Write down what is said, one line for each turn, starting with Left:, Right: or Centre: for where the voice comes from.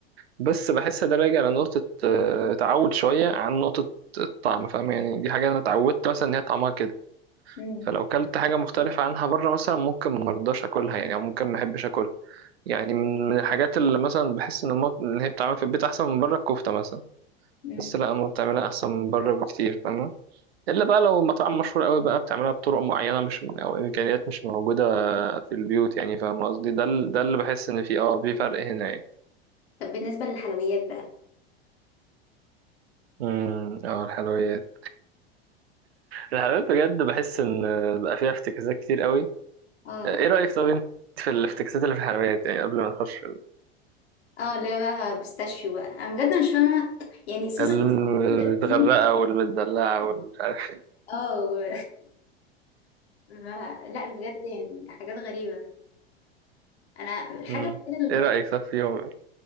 Right: بس بحس ده راجع لنقطه آه تعود شويه عن نقطه الطعم فاهم يعني دي حاجه انا اتعودت مثلا ان هي طعمها كده
Left: امم
Right: فلو كلت حاجة مختلفة عنها بره مثلا ممكن مرضاش أكلها يعني أو ممكن محبش أكلها يعني من من الحاجات اللي مثلا بحس إن مط- إن هي بتتعمل في البيت أحسن من بره الكفتة مثلا
Left: امم
Right: بحس لأ أمي بتعملها أحسن من بره بكتير فاهمة إلا بقى لو مطعم مشهور أوي بقى بتعملها بطرق معينة مش أو إمكانيات مش موجودة في البيوت يعني فاهم قصدي ده ال- ده اللي بحس إن فيه أه في فرق هنا يعني
Left: طب بالنسبة للحلويات بقى
Right: امم اه الحلويات الحلويات بجد بحس إن بقى فيها افتكاسات كتير أوي
Left: اه
Right: إيه رأيك طب أنت في الافتكاسات اللي في الحلويات يعني قبل ما نخش
Left: اه اللي هي بقى بيستاشيو بقى انا بجد مش فاهمه يعني صوص
Right: المتغرقة
Left: البيستاشيو ده منين
Right: والمتدلعة والمش عارف
Left: اه و... <laughs> ما... لا بجد يعني حاجات غريبه انا الحاجه
Right: مم.
Left: الوحيده اللي
Right: ايه
Left: جربتها
Right: رأيك صح فيهم ايه